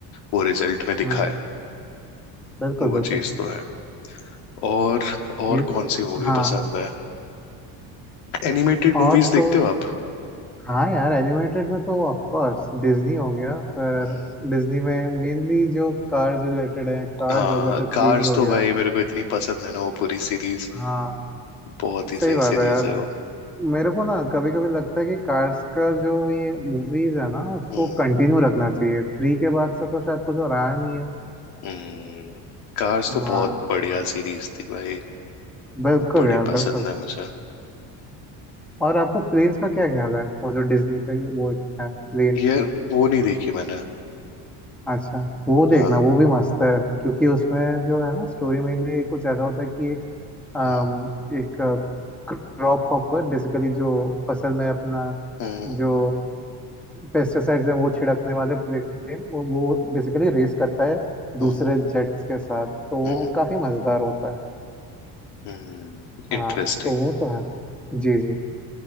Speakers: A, on the left; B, in the centre.
A: वो रिजल्ट में दिखा
B: हम्म
A: है
B: बिल्कुल
A: वो
B: बिल्कुल
A: चीज तो है और और
B: ये
A: कौन सी मूवी
B: हाँ
A: पसंद है एनिमेटेड
B: और
A: मूवीज
B: तो
A: देखते हो आप
B: हाँ यार एनिमेटेड में तो ऑफ कोर्स डिज्नी हो गया फिर
A: हम्म,
B: डिज्नी में मेनली जो कार्स रिलेटेड है कार्स
A: हाँ
B: हो गया फिर प्लेन्स
A: कार्स
B: हो
A: तो
B: गया
A: भाई मेरे को इतनी पसंद है ना वो पूरी सीरीज
B: हाँ
A: बहुत
B: सही
A: ही सही
B: बात
A: सीरीज
B: है यार
A: है वो
B: मेरे को ना कभी कभी लगता है कि कार्स का जो ये मूवीज है ना उसको
A: हम्म
B: कंटिन्यू रखना चाहिए थ्री के बाद से तो शायद कुछ और आया नहीं है
A: हम्म कार्स
B: हाँ
A: तो बहुत बढ़िया सीरीज थी भाई
B: बिल्कुल
A: बड़ी
B: यार
A: पसंद
B: बिल्कुल
A: है मुझे
B: और आपको प्लेन्स का क्या ख्याल है वो जो डिज्नी का ये वो है प्लेन्स
A: ये वो नहीं देखी मैंने
B: अच्छा वो देखना
A: हाँ
B: वो भी मस्त है क्योंकि उसमें जो है ना स्टोरी मेनली एक कुछ ज्यादा होता है कि एक अम,
A: हम्म
B: एक क्रॉप हॉपर बेसिकली जो फसल में अपना
A: हम्म
B: जो पेस्टिसाइड्स हैं वो छिड़कने वाले प्लेन वो, वो बेसिकली रेस करता है
A: हम्म
B: दूसरे जेट्स के साथ तो वो
A: हम्म
B: काफी मजेदार होता है
A: हम्म इंटरेस्टिंग
B: हाँ तो वो तो है जी जी